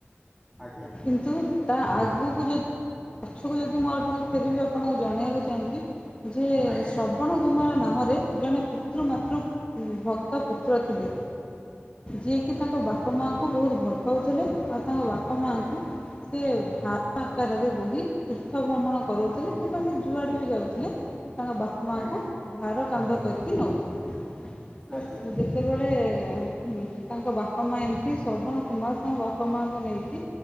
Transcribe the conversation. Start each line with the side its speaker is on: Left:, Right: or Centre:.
Centre: ଆଜ୍ଞା
Left: କିନ୍ତୁ ତା ଆଗକୁ ଯଦି ପଛକୁ ଯଦି ମୁଁ ଆଉ ଟିକେ ଫେରିବିି ଆପଣଙ୍କୁ ଜଣେଇବାକୁ ଚାହିଁବି ଯେ
Centre: ଆଜ୍ଞା ଆଜ୍ଞା
Left: ଶ୍ରବଣ କୁମାର ନାମରେ ଜଣେ ପିତୃ ମାତୃ ଉ ଭକ୍ତ ପୁତ୍ର ଥିଲେ ଯିଏକି ତାଙ୍କ ବା ବାପା ମାଆଙ୍କୁ ବହୁତ ଭଲ ପାଉଥିଲେ ଆଉ ତାଙ୍କ ବାପା ମାଆଙ୍କୁ
Centre: ଆଜ୍ଞା ଆଜ୍ଞା
Left: ସେ ଭା ଭାର ଆକାରରେ ବୋହି ତୀର୍ଥ ଭ୍ରମଣ କରଉଥିଲେ କିନ୍ତୁ ସେ ଯୁଆଡେ ବି ଯାଉଥିଲେ ତାଙ୍କ ବାପ ମାଙ୍କୁ
Centre: ଆଜ୍ଞା ଆଜ୍ଞା ଆଜ୍ଞା
Left: ଭାର କାନ୍ଧ କରିକି ନେଉଥିଲେ ସେ
Centre: ଆଜ୍ଞା ଆଜ୍ଞା ଆଜ୍ଞା ଆଜ୍ଞା ଆଜ୍ଞା ଆଜ୍ଞା ଆଜ୍ଞା ଆଜ୍ଞା ଆଜ୍ଞା ଆଜ୍ଞା
Left: ଯେତେବେଳେ ଯେତେବେଳେ ଏ ଉ ତାଙ୍କ ବାପା ମା ଏମିତି ଶ୍ରବଣ କୁମାର ତାଙ୍କ ବାପା ମାଙ୍କୁ ନେଇକି